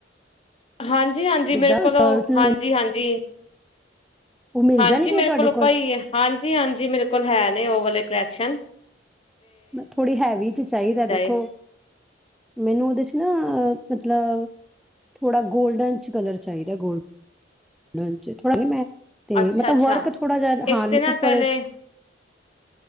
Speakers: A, on the left; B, in the centre.
A: ਹਾਂਜੀ, ਹਾਂਜੀ
B: ਜਿੱਦਾਂ
A: ਮੇਰੇ ਕੋਲ
B: ਸਕਰਟਸ
A: ਹਾਂਜੀ, ਹਾਂਜੀ
B: ਉਹ ਮਿਲ
A: ਹਾਂਜੀ
B: ਜਾਣਗੇ
A: ਮੇਰੇ
B: ਤੁਹਾਡੇ
A: ਕੋਲ ਪਈ ਹੈ ਹਾਂਜੀ, ਹਾਂਜੀ ਮੇਰੇ ਕੋਲ ਹੈ ਨੇ, ਉਹ ਵਾਲੇ ਕੋਲੇਕਸ਼ਨ
B: ਮ ਥੋੜ੍ਹੀ ਹੈਵੀ ਚ ਚਾਹੀਦਾ ਦੇਖੋ
A: ਏ
B: ਮੈਨੂੰ ਉਹਦੇ ਚ ਮੈਂ ਮਤਲਬ ਥੋੜਾ ਗੋਲਡਨ ਚ ਕਲਰ ਚਾਹੀਦਾ ਏ, ਗੋਲ ਗੋਲਡਨ ਚ ਥੋੜ੍ਹਾ ਮੈਂ ਤੇ
A: ਅੱਛਾ-ਅੱਛਾ
B: ਮਤਲਬ ਵਰਕ ਥੋੜ੍ਹਾ ਜਿਹਾ
A: ਇੱਕ
B: ਹਾਂ
A: ਤੇ ਨਾ
B: ਉੱਪਰ
A: ਪਹਿਲੇ